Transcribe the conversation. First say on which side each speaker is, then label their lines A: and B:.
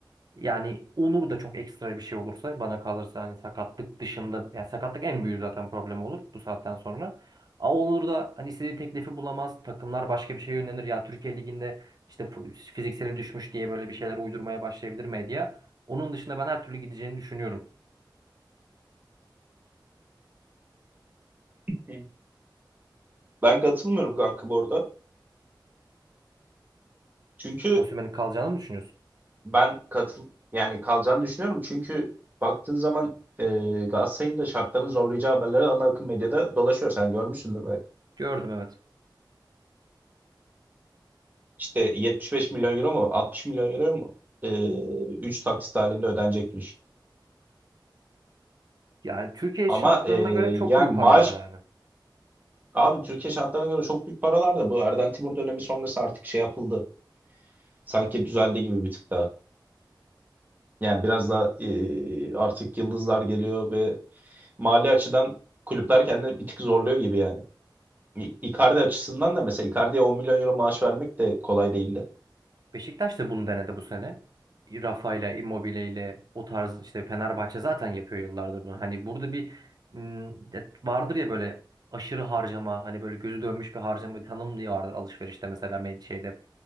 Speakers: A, on the right; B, on the right.
A: Yani olur da çok ekstra bir şey olursa bana kalırsa hani sakatlık dışında yani sakatlık en büyük zaten problem olur bu saatten sonra. A olur da hani istediği teklifi bulamaz. Takımlar başka bir şeye yönelir. Ya Türkiye Ligi'nde işte fu- fizikseli düşmüş diye böyle bir şeyler uydurmaya başlayabilir medya. Onun dışında ben her türlü gideceğini düşünüyorum.
B: Hı. Ben katılmıyorum kanka bu arada. Çünkü
A: Osimhen'in kalacağını mı düşünüyorsun?
B: ben katıl yani kalacağını düşünüyorum. Çünkü baktığın zaman e, Galatasaray'ın da şartlarını zorlayacağı haberleri ana akım medyada dolaşıyor. Sen görmüşsündür belki.
A: Gördüm evet.
B: İşte 75 milyon euro mu 60 milyon euro mu 3 taksit halinde ödenecekmiş.
A: Yani Türkiye
B: Ama
A: şartlarına
B: e,
A: göre çok
B: yani
A: büyük
B: maaş
A: paralar yani.
B: abi Türkiye şartlarına göre çok büyük paralar da bu Erden Timur dönemi sonrası artık şey yapıldı. Sanki düzeldi gibi bir tık daha. Yani biraz da artık yıldızlar geliyor ve mali açıdan kulüpler kendini bir tık zorluyor gibi yani. İ- Icardi açısından da mesela Icardi'ye 10 milyon euro maaş vermek de kolay değildi.
A: Beşiktaş da bunu denedi bu sene. Rafa'yla, Immobile'yle o tarz işte Fenerbahçe zaten yapıyor yıllardır bunu. Hani burada bir ım, de- vardır ya böyle aşırı harcama hani böyle gözü dönmüş bir harcama tanım diye vardır alışverişte mesela med- şeyde